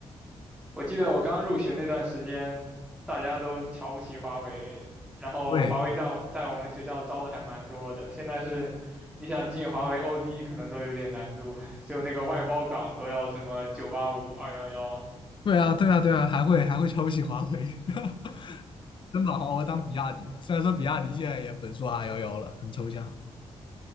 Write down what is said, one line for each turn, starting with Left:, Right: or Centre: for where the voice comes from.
Centre: 我记得我刚入学那段时间，大家都瞧不起华为，然后华为在我在我们学校招的还蛮多的。
Left: 对，
Centre: 现在是，你想进华为 OD 可能都有点难度，<laughs> 就那个外包岗都要什么九八五、二幺幺。
Left: 对啊，对啊，对啊，还会还会瞧不起华为，<laughs> 真把华为当比亚迪了。虽然说比亚迪现在也本硕 r 幺幺了，很抽象。